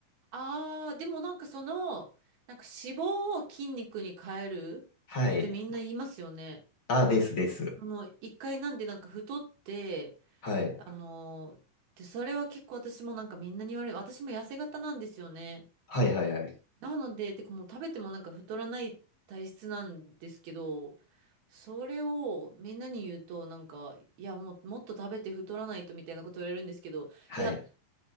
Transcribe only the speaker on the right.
ああー、でもなんかその、なんか脂肪を筋肉に変えるってみんな言いますよね。
あの、一回なんでなんか太って、
あのー、で、それは結構私もなんかみんなに言われる。私も痩せ型なんですよね。
なので、てかもう食べてもなんか太らない体質なんですけど、それをみんなに言うとなんか、いやもうもっと食べて太らないとみたいなこと言われるんですけど、
いや、